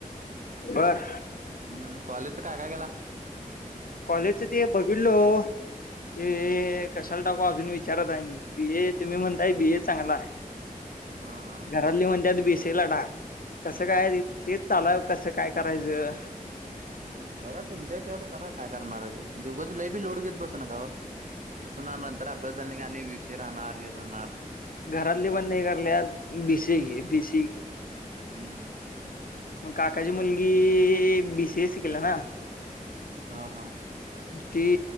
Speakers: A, on the left (about 75°); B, on the right (about 60°).
A: <inaudible> बर.
B: हम् कॉलेज च काय काय केेला?
A: कॉलेजच ते बघितलो. ते कशाला टाकू अजून विचारात आहे मी? बी ए तुम्ही म्हणताय बी ए चांगला आहे. <inaudible>
B: हा, हा
A: घरातली म्हणतातत बी सी ए ला टाक कसं काय तेच चाल कसं काय करायचं?
B: बघा तुमच्यावर करा काय करणार ते? म्हणजे उगज लई बी लोड घेत बसू नका व. कस ना नंतर अभ्यास झाला नाही का? आणि विषय राहणार हे राहणार.
A: घरात ले पण नाही करले बी सी ए घे बी सी ए घे.
B: हम्, हम्
A: मग काकाची मुलगी बी सी ए शिकला ना?
B: हा, हा
A: ती